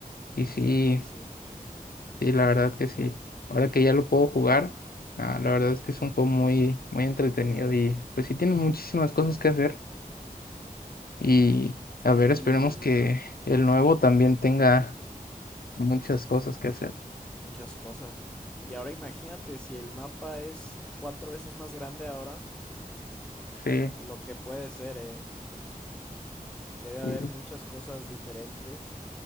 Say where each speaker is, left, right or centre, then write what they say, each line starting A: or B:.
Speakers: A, on the left (about 80°); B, in the centre.
A: Y sí,
B: Sí, sí.
A: sí, la verdad que sí. Ahora que ya lo puedo jugar, ah, la verdad es que es un juego muy, muy entretenido y pues sí tiene muchísimas cosas que hacer. Y a ver,
B: Y
A: esperemos que el nuevo también tenga muchas cosas que hacer.
B: muchas cosas. Y ahora imagínate, si el mapa es cuatro veces más grande ahora,
A: Sí,
B: lo que puede ser, ¿eh? Debe haber
A: y
B: muchas cosas diferentes